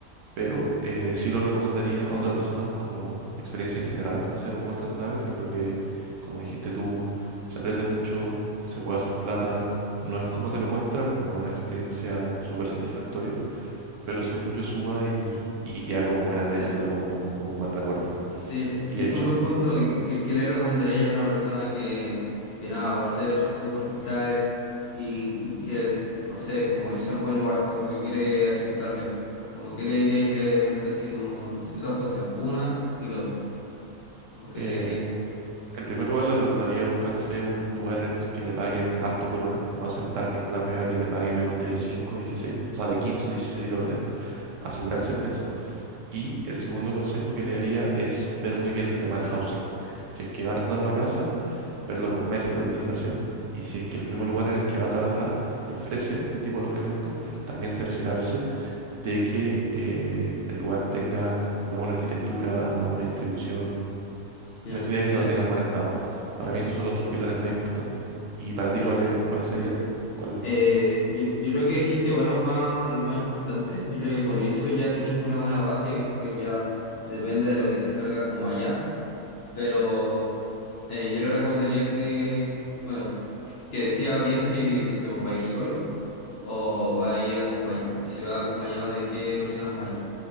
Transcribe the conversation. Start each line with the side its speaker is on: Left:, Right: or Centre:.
Right: pero eh, sí lo recomendaría a otras personas como experiencia en general, hacer un work and travel. Creo que, como dijiste tú, se aprende mucho, se puede hacer plata, no es como te lo muestran, no es una experiencia súper satisfactoria, pero según yo suma y, y queda como buena anécdota,
Left: Sí.
Right: como, como un buen recuerdo.
Left: Sí, sí, es-
Right: Y
Left: y
Right: de
Left: ese
Right: hecho,
Left: es un buen punto. ¿Y ¿Qué, qué le recomendaría a una persona que, que nada, va a hacer su work and travel y que, no sé, como irse a un buen lugar, como que quiere achuntarle? Como que le diríais brevemente, así como, no sé, dos consejos, una y dos. Como que
Right: eh,
Left: le diríais.
Right: el primer lugar le recomendaría buscarse un lugar en el que le paguen harto por hora, no aceptar ninguna pega que le pague menos de 5 dieciséis o sea, de 15 o 16 dólares, asegurarse con eso Y el segundo consejo que le daría es ver muy bien el tema del housing. Si es que va a arrendar una casa, verlo con meses de anticipación. Y si es que el mismo lugar en el que va a trabajar le ofrece un tipo de alojamiento, también cerciorarse de que eh, el lugar tenga una buena arquitectura, una buena distribución,
Left: Ya,
Right: en definitiva
Left: sí,
Right: que se mantenga en buen estado. Para mí esos
Left: sí,
Right: son los dos pilares más importantes. ¿Y para
Left: ya
Right: ti cuáles,
Left: acuerdo.
Right: cuáles serían? ¿Cuál?
Left: Eh, yo, yo creo que dijiste igual los más, los más importantes. Yo creo que con eso ya tenéis una buena base y después ya depende de lo que te salga como allá. Pero eh, yo le recomendaría que, bueno, que decida bien si, no sé, vos va a ir solo o va a ir acompañado. Y si va acompañado, ¿de qué personas va a ir?